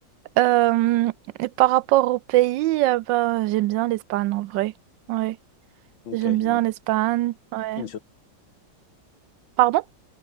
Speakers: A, on the right (about 80°); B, on the left (about 85°).
A: Euh, et par rapport au pays, euh, ben, j'aime bien l'Espagne en vrai. Ouais.
B: OK.
A: J'aime bien
B: Donc,
A: l'Espagne, ouais.
B: une chose-
A: Pardon?